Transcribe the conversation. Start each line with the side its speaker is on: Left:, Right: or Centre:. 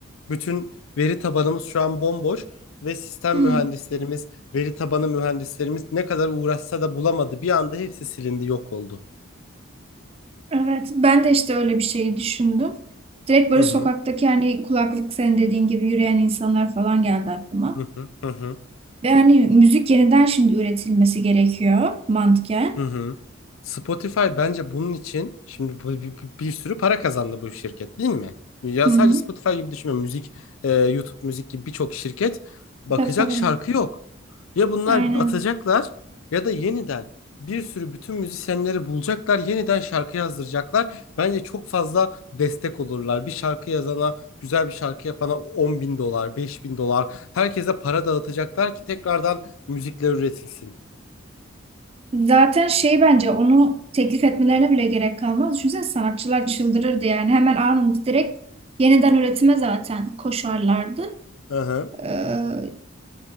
Left: Bütün veri tabanımız şu an bomboş ve sistem
Right: Hı.
Left: mühendislerimiz, veri tabanı mühendislerimiz ne kadar uğraşsa da bulamadı. Bir anda hepsi silindi, yok oldu.
Right: Evet ben de işte öyle bir şey düşündüm. Direkt böyle
Left: Hı
Right: sokaktaki
Left: hı.
Right: hani kulaklık senin dediğin gibi yürüyen insanlar falan geldi aklıma.
Left: Hı hı. Hı hı.
Right: Ve hani müzik yeniden şimdi üretilmesi gerekiyor mantıken.
Left: Hı hı. Spotify bence bunun için şimdi bu- bir, bir, bir sürü para kazandı bu şirket değil mi? Ya
Right: Hı
Left: sadece
Right: hı.
Left: Spotify gibi düşünme. Müzik, e, YouTube müzik gibi birçok şirket bakacak
Right: Tabii tabii.
Left: şarkı yok. Ya bunlar
Right: Aynen.
Left: batacaklar ya da yeniden bir sürü bütün müzisyenleri bulacaklar, yeniden şarkı yazdıracaklar. Bence çok fazla destek olurlar. Bir şarkı yazana, güzel bir şarkı yapana on bin dolar, beş bin dolar. Herkese para dağıtacaklar ki tekrardan müzikler üretilsin.
Right: Zaten şey bence onu teklif etmelerine bile gerek kalmaz. Düşünsene sanatçılar çıldırırdı yani. Hemen anında direkt yeniden üretime zaten koşarlardı.
Left: Hı hı.
Right: Ee,